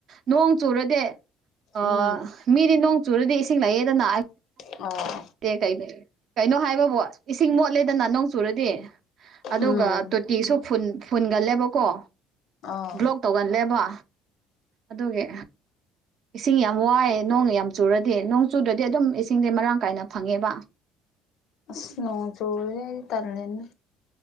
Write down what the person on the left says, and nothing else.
ꯎꯝ
ꯑꯥ
ꯎꯝ
ꯑꯥ
ꯑꯁ ꯅꯣꯡ ꯆꯨꯔꯗꯤ ꯑꯩꯗꯤ ꯇꯜꯂꯦꯅꯦ